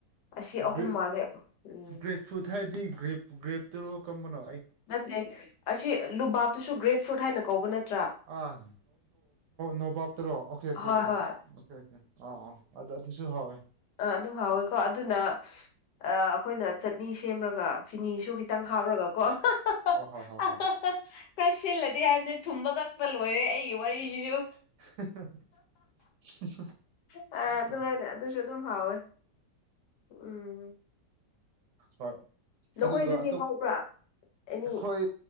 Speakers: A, on the left; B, on the right.
A: ꯑꯁꯤ ꯑꯍꯨꯝ
B: ꯒ
A: ꯃꯥꯜꯂꯦ ꯎꯝ
B: ꯒ꯭ꯔꯦꯞ ꯐꯨꯗ ꯍꯥꯏꯔꯗꯤ ꯒ꯭ꯔꯦꯞ ꯒ꯭ꯔꯦꯞꯇꯔꯣ ꯀꯝꯕꯅꯣ
A: ꯅꯠꯇꯦ ꯑꯁꯤ ꯂꯨꯕꯥꯞꯇꯁꯨ ꯒ꯭ꯔꯦꯞ ꯐ꯭ꯔꯨꯠ ꯍꯥꯏꯅ ꯀꯧꯕ ꯅꯠꯇꯦ
B: ꯑꯥ ꯅꯣꯕꯥꯞ ꯆꯠꯇ꯭ꯔꯣ ꯑꯣꯀꯦ ꯑꯣꯀꯦ
A: ꯍꯣꯏ
B: ꯑꯣꯀꯦ
A: ꯍꯣꯏ
B: ꯑꯣꯀꯦ ꯑꯣꯀꯦ ꯑꯥ ꯑꯥ ꯑꯗ ꯑꯗꯨꯁꯨ ꯍꯥꯎꯋꯦ
A: ꯑ ꯑꯗꯨꯝ ꯍꯥꯎꯋꯦꯀꯣ ꯑꯗꯨꯅ ꯑꯩꯈꯣꯏꯅ ꯆꯠꯅꯤ ꯁꯦꯝꯃꯒ ꯆꯤꯅꯤꯁꯨ ꯈꯤꯇꯪ
B: ꯑꯥ
A: ꯍꯥꯎꯔꯒꯀꯣ ꯈꯔ
B: ꯍꯣꯏ ꯍꯣꯏ ꯍꯣꯏ ꯍꯣꯏ
A: ꯁꯤꯜꯂꯗꯤ ꯍꯥꯏꯕ ꯅ ꯊꯨꯝꯕ ꯀꯛꯄ ꯂꯣꯏꯔꯦ ꯑꯩꯒꯤ ꯋꯥꯔꯤꯁꯤꯁꯨ
B: <unintelligible>
A: ꯑ ꯑꯗꯨꯃꯥꯏꯅ
B: ꯊꯨꯝ
A: ꯑꯗꯨꯁꯨ ꯑꯗꯨꯝ ꯍꯥꯎꯋꯦ ꯎꯝ
B: ꯍꯣꯏ
A: ꯅꯈꯣꯏꯗꯗꯤ
B: ꯑꯗꯨꯒꯞ
A: ꯍꯧꯕ꯭ꯔꯥ ꯑꯦꯅꯤ
B: ꯑꯩꯈꯣꯏ